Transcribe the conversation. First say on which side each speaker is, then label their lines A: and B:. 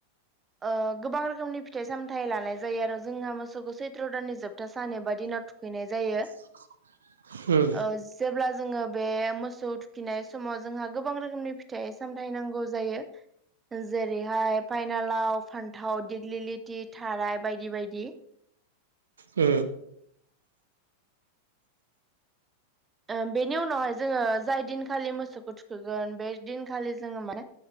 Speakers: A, on the right; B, on the right.
A: ओ गोबां रोखोमनि फिथाइ सामथाइ लानाय जायो आरो जोंहा मोसौखौ सैत्र' दाननि जोबथा सान एबा दिनाव थुखैनाय जायो
B: <unintelligible> उम
A: ओ जेब्ला जोङो बे मोसौ थुखिनाय समाव जोंहा गोबां रोखोमनि फिथाइ सामथाय नांगौ जायो जेरैहाय फाइन बिना लाव फान्थाव दिग्लिलिथि थाराय बायदि बायदि
B: ओ
A: ओ बेनि उनावहाय जोङो जाय दिनखालि मोसौखौ थुखोगोन बे दिनखालि जोङो माने